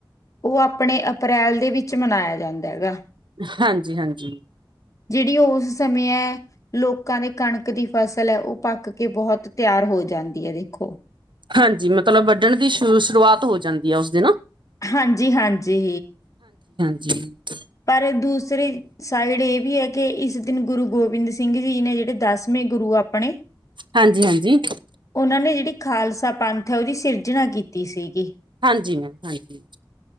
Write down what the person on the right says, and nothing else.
ਹਾਂਜੀ, ਹਾਂਜੀ‌।
ਹਾਂਜੀ, ਮਤਲਬ ਵੱਢਣ ਦੀ ਸ਼ੁਰ ਸ਼ੁਰੂਆਤ ਹੋ ਜਾਂਦੀ ਆ ਓਸ ਦਿਨ।
<inaudible>
ਹਾਂਜੀ, ਹਾਂਜੀ।
ਹਾਂਜੀ ਮੈਮ, ਹਾਂਜੀ।